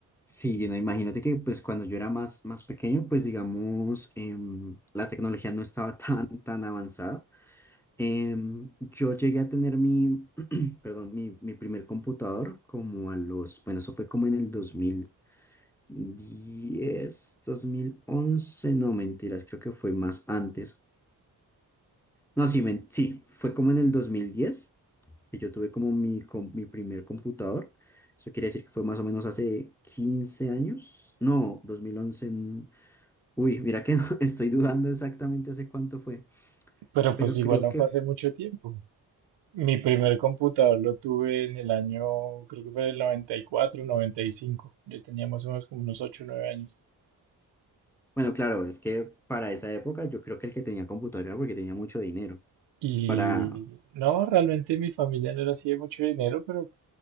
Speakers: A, in the centre; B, on the right.
A: Sí, no, imagínate que pues cuando yo era más, más pequeño, pues digamos, em, la tecnología no estaba <laughs> tan, tan avanzada. Em, yo llegué a tener mi, <clears throat> perdón, mi, mi primer computador como a los, bueno, eso fue como en el dos dos mil diez dos mil once no, mentiras, creo que fue más antes. No, sí, men- sí, fue como en el 2010 que yo tuve como mi, com- mi primer computador. Eso quiere decir que fue más o menos hace 15 años. No, dos mil once Uy, mira que no, <laughs> estoy dudando exactamente hace cuánto fue,
B: Pero
A: pero
B: pues igual
A: creo
B: no
A: que,
B: fue hace mucho tiempo. Mi primer computador lo tuve en el año, creo que fue el noventa noventa y cuatro noventa y cinco Ya teníamos unos como unos 8 o 9 años.
A: bueno, claro, es que para esa época yo creo que el que tenía computadora era porque tenía mucho dinero.
B: Y
A: Es Para,
B: no, realmente mi familia no era así de mucho dinero, pero